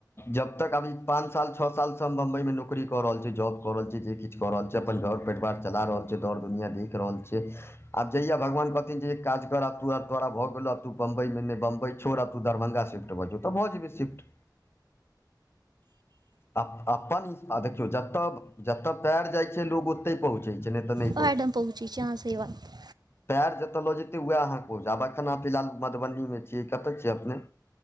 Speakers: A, on the left; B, on the right.
A: जब तक अभी पान पच साल छओ सालसँ हम बम्बइमे नौकरी कऽ रहल छी जॉब कऽ रहल छी जे किछु कऽ रहल छी अपन घर परिवार चला रहल छी र दुनिया देख रहल छै आब जहिया भगवान कहथिन जे काज कर तो तोरा भऽ गेल तू बम्बई मे बम्बई छोर आब तु दरभंगा शिफ्त भ जो ते भ जबे शिफ्त अप् अपन देखियौ जतय जतय पैर जाई छै लोक तै पहुँचै छै नहि तऽ नहि
B: ओएहठाम
A: पहुँचै छै
B: छी अहाँ सही बात
A: पैड़ जते लऽ जेते वएह को आब खाना पिलालू मधुबनीमे छियै कतय छियै अपने